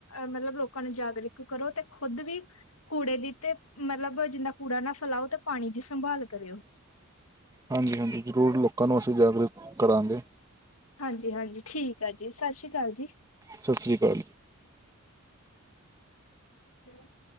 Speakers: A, on the left (about 85°); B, on the right (about 15°).
A: ਮਤਲਬ ਲੋਕਾਂ ਨੂੰ ਜਾਗਰੂਕ ਕਰੋ ਤੇ ਖੁਦ ਵੀ ਕੂੜੇ ਦੀ ਤੇ ਮਤਲਬ ਜਿੰਨਾ ਕੂੜਾ ਨਾ ਫੈਲਾਓ ਤੇ ਪਾਣੀ ਦੀ ਸੰਭਾਲ ਕਰਿਓ
B: ਹਾਂਜੀ ਹਾਂਜੀ ਜ਼ਰੂਰ ਲੋਕਾਂ ਨੂੰ ਅਸੀਂ ਜਾਗਰੂਕ ਕਰਾਂਗੇ
A: ਹਾਂਜੀ ਹਾਂਜੀ ਠੀਕ ਆ ਜੀ ਸਤਿ ਸ਼੍ਰੀ ਅਕਾਲ ਜੀ
B: ਸਤਿ ਸ਼੍ਰੀ ਅਕਾਲ ਜੀ
A: <inaudible>